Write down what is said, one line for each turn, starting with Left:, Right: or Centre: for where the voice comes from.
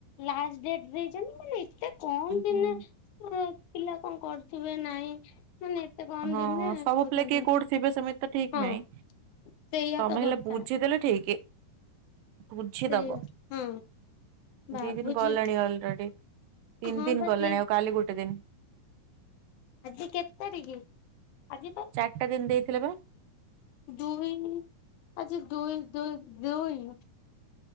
Left: ଲାଷ୍ଟ ଡ଼େଟ୍ ଦେଇଛନ୍ତି ମାନେ ଏତେ କମ ଦିନି।
Right: ହୁଁ।
Left: ର ପିଲା କଣ କରୁଥିବେ ନାଇଁ ମାନେ ଏତେ କମ୍
Right: ହଁ
Left: ଦିନିରେ
Right: ସବୁ
Left: କହୁଛନ୍ତି
Right: ପିଲା କିଏ କୋଉଠି ଥିବେ ସେମିତି ତ ଠିକ
Left: ହଁ।
Right: ନାହିଁ
Left: ସେଇଆ
Right: ତମେ
Left: ତ
Right: ହେଲେ
Left: କଥା।
Right: ବୁଝିଦେଲେ ଠିକ। ବୁଝିଦବ
Left: ସେଇଆ ହଁ ଭାବୁଛି
Right: ଦି ଦିନ ଗଲାଣି ଅଲରେଡ଼ି। ତିନି
Left: ହଁ
Right: ଦିନ
Left: ବା
Right: ଗଲାଣି
Left: ଦି
Right: ଆଉ କାଲି ଗୋଟେ ଦିନି।
Left: ଆଜି କେତ୍ ତାରିକି ଆଜି ତ
Right: ଚାରିଟା ଦିନ ଦେଇଥିଲେ ବା
Left: ଦୁଇ ନି ଆଜି ଦୁଇ ଦୁଇ ଦୁଇ